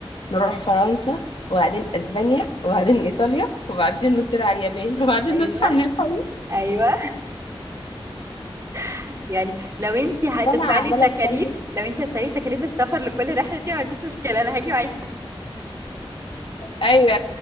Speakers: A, on the left; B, on the right.
A: نروح فرنسا وبعدين اسبانيا وبعدين ايطاليا وبعدين نطير على اليابان وبعدين
B: ايوه
A: نصحى من الحلم
B: ايوه <laughs> يعني لو انت هتدفعي
A: وانا عماله
B: لي تكاليف
A: اتكلم
B: لو انت هتدفعي لي تكاليف السفر لكل رحله دي أنا ما عنديش مشكله انا هاجي معاكي
A: ايوه